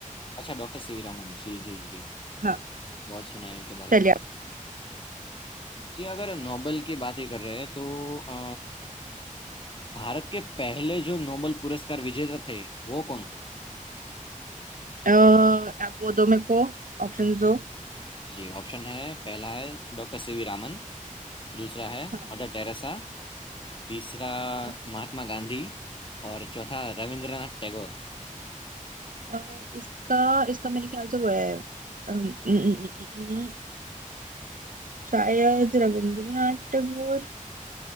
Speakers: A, on the left; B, on the right.
A: अच्छा डॉक्टर सीवी रामन जी जी जी
B: हाँ
A: बहुत सुना है इनके बारे
B: चलिए
A: में
B: आप
A: जी अगर नोबेल की बात ही कर रहे हैं तो अ, भारत के पहले जो नोबेल पुरस्कार विजेता थे वो कौन थे
B: अ, आप वो दो मेरे को ऑप्शंस दो
A: जी ऑप्शन है पहला है डॉक्टर सीवी रामन दूसरा है
B: हाँ
A: मदर टेरेसा तीसरा
B: हाँ
A: महात्मा गांधी और चौथा रविंद्रनाथ टैगोर
B: अ, इसका इसका मेरे ख्याल से वो है अम, अम, अम, अम, अम, शायद रविंद्रनाथ टैगोर